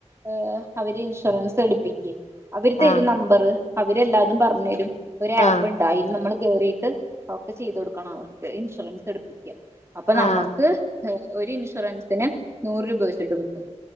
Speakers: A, on the right; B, on the left.
A: ഏ അവര് ഇൻഷുറൻസ് എടുപ്പിക്ക അവർ തരും
B: ആഹ്
A: നമ്പറ് അവര്ല്ലാതും പറഞ്ഞു തരും ഒരു ആപ്പ്
B: ആഹ് ആഹ്
A: ഉണ്ട് എതായിൽ നമ്മൾ കേറീട്ട് അവക്കെ ചെയ്ത കൊടുക്കണം അവർക്ക് ഇൻഷുറൻസ് എടുപ്പിക്ക അപ്പൊ നമ്മക്ക്
B: ആഹ്
A: ഒരു ഇൻഷുറൻസിന് നൂറ് രൂപ വെച്ചിട്ട് കിട്ടും